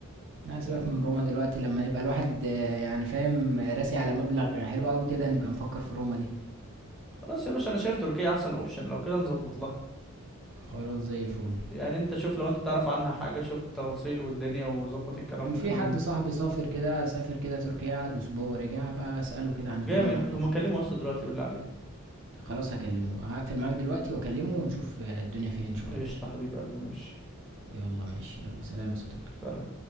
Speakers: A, on the right (about 55°); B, in the centre.
A: لا سيبك
B: يعني
A: من روما دلوقتي لما يبقى الواحد آه، يعني فاهم آه، راسي على مبلغ حلو قوي كده نبقى نفكر في روما دي
B: خلاص يا باشا انا شايف تركيا احسن اوبشن لو كده نظبط لها
A: خلاص زي الفل
B: يعني انت شوف لو انت تعرف عنها حاجة شوف التفاصيل والدنيا وظبط الكلام
A: كان
B: وكلمني
A: في حد صاحبي سافر كده سافر كده تركيا قعد اسبوع ورجع هبقى اساله كده عن
B: جامد
A: الدنيا عملت
B: طب ما كلمه اصلا دلوقتي بالله عليك
A: إيه. خلاص هكلمه هقفل معاك دلوقتي واكلمه ونشوف آه، الدنيا فيها إيه ان شاء
B: قشطة
A: الله
B: حبيب قلبي ماشي
A: يلا ماشي يلا سلام يا صديقي
B: سلام